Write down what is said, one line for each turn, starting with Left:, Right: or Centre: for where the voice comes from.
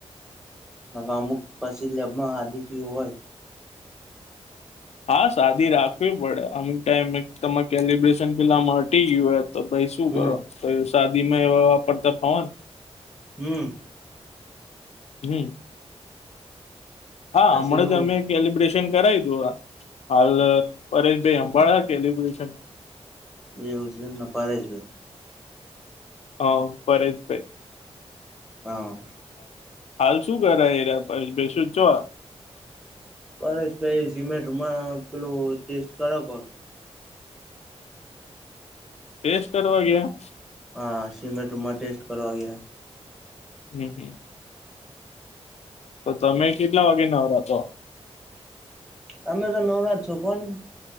Centre: ન તા અમુક પછી લેબમાં આદિકી હોય
Left: હા સાદી રાખવી પડે અમુક ટાઈમ તમારે કેલિબ્રેશન પેલા મટી ગયું તો ભાઈ શું
Centre: હમ
Left: કરો તો સાદીમાં એ વાપરતા ફાવન
Centre: હમ્મ.
Left: હમ્મ. હા,
Centre: પછી
Left: હમણાં
Centre: હું
Left: જ અમે કેલિબ્રેશન કરાવીયુ તું આ હાલ, અરે ભાઈ હાંબાડ્યા કેલિબ્રેશન
Centre: એવુ છે એમ ના પારેશ ભાઈ
Left: હા, <unintelligible>
Centre: હા
Left: હાલ શું કરે એ રયા પારેશભાઈ <unintelligible>
Centre: પરેશભાઈ સિમેન્ટમાં પેલું ટેસ્ટ કરે કોન
Left: ટેસ્ટ કરવા ગયા?
Centre: હા, સિમેન્ટમાં ટેસ્ટ કરવા ગયા.
Left: હમ, હમ. તો તમે કેટલા વાગે નવરા થ્યો?
Centre: અમે તો નવરાત છું કો ન,